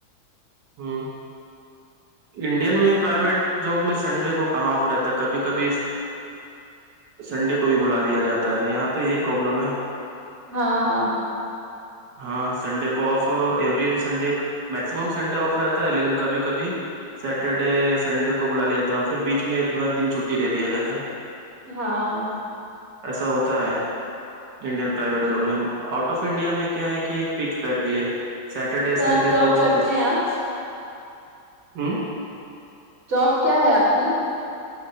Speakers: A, on the right; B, on the right.
A: ہاں انڈین میں پرائیویٹ جاب میں سنڈے کو کہاں آفر رہتا ہے کبھی کبھی سنڈے کو بھی بلا لیا جاتا ہے یہاں تو یہی پروابلم ہے
B: ہاں
A: ہاں سنڈے کو off every Sunday maximum Sunday off رہتا ہے لیکن کبھی کبھی سیٹرڈے سنڈے کو بلا لیا تھا پھر بیچ میں ایک بار دن چھٹی دے دیا جاتا
B: ہاں
A: ایسا ہوتا ہے انڈین پرائیویٹ زوم میں آؤٹ آف انڈیا میں کیا ہے کہ ایک فکس رہتی ہے سیٹرڈے
B: جاب
A: سنڈے دو
B: کرتے
A: دن
B: ہیں آپ
A: ہوں
B: جاب کیا ہے آپ کی